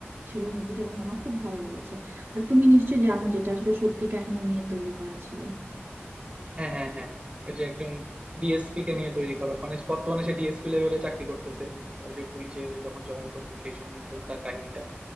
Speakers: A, on the right (about 60°); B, on the right (about 25°).
A: ছিল মুভিটা এবং আমার খুব ভালো লেগেছে আর তুমি নিশ্চয়ই জানো যেটা আসলে সত্যি কাহিনী নিয়ে তৈরি করা ছিল
B: হ্যাঁ হ্যাঁ হ্যাঁ ওই যে একজন ডিএসপি কে নিয়ে তৈরি করা মানে বর্তমানে সে ডিএসপি লেভেলে চাকরি করতেছে ওই যে পুলিশে যখন জয়েন করলো সেই সময় তার কাহিনীটা